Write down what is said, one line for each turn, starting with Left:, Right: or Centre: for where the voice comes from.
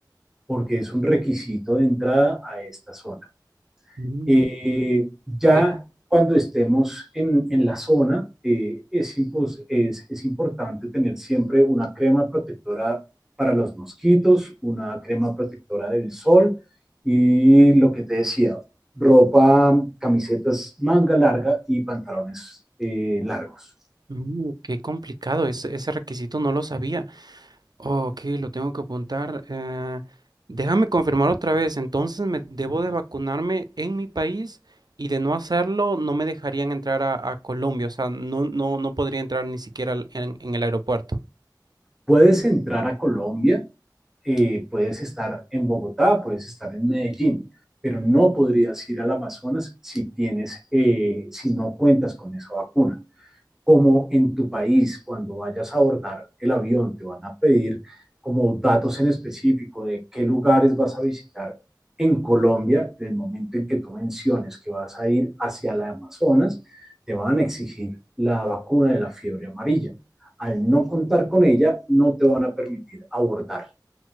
Centre: porque es un requisito de entrada a esta zona.
Right: mm.
Centre: Eh, ya
Right: Qué, co-
Centre: cuando estemos en, en la zona, eh, es, impos- es- es importante tener siempre una crema protectora para los mosquitos, una crema protectora del sol y lo que te decía, ropa, camisetas manga larga y pantalones eh, largos.
Right: mm, qué complicado, ese, ese requisito no lo sabía. ok, lo tengo que apuntar. eh, déjame confirmar otra vez, entonces me debo de vacunarme en mi país y de no hacerlo no me dejarían entrar a, a Colombia, o sea, no, no, no podría entrar ni siquiera al- en, en el aeropuerto.
Centre: Puedes entrar a Colombia eh, puedes estar en Bogotá, puedes estar en Medellín, pero no podrías ir al Amazonas si tienes, eh, si no cuentas con esa vacuna. Como en tu país, cuando vayas a abordar el avión, te van a pedir como datos en específico de qué lugares vas a visitar en Colombia, del momento en que tú menciones que vas a ir hacia la Amazonas, te van a exigir la vacuna de la fiebre amarilla. Al no contar con ella, no te van a permitir abordar.